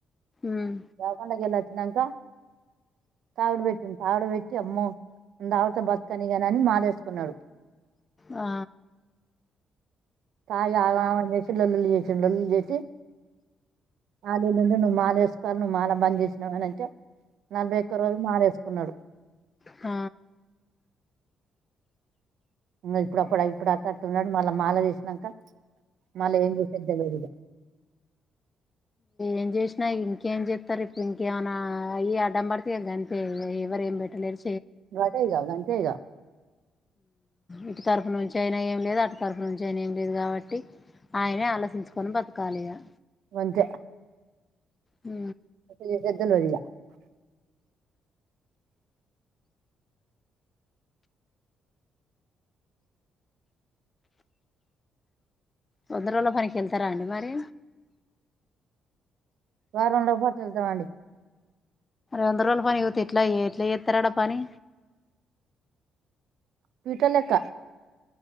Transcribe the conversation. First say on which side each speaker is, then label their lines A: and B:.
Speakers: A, on the left; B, on the right.
A: ఉమ్,
B: దవాకానా కి వెళ్ళి వచ్చినంక తాగుడుబేట్ తాగుడు పెట్టి అమ్మో తాగితే బతుకనని ఇగ అనీ మాలెసుకున్నాడు
A: ఆ
B: తాగి ఆగమాగం చేసి లొల్లులు చేసి లొల్లులు చేసి మాలెల్లుండి నువ్వు మాల వేసుకోవలె నువ్వు మాల బంద్ చేసినావ్ అని అంటే నలభై ఒక్క రోజు మాలేసుకున్నాడు.
A: హ
B: ఇంకా ఇప్పుడప్పుడు ఇప్పుడు అటట్టున్నాడు మళ్ళా మాల తీసినాక మళ్ళా ఏం చేసేద్ద్ద తెల్వదు ఇగ
A: ఏం జేసినా ఇంకేం జెత్తరు ఇప్పడు ఇంకేమైనా అయి అడ్డం బడితే గంతే ఎవరు ఏం బెట్టలేరు
B: <unintelligible> ఇగా
A: ఇటు తరపు నుంచి అయినా ఏం లేదు అటు తరపు నుంచి అయిన ఏం లేదు కాబట్టి ఆయనే ఆలోచించుకొని బ కాలేదా
B: వంట
A: హు
B: <unintelligible>
A: తొందరలో పనికి వెళ్తారా అండి మరి
B: వారంలో పాటు వెళ్తామండి
A: వంద రోజుల పని ఎట్లాయ ఎట్లా చేస్తారు ఆడ పని
B: పీట్ లెక్క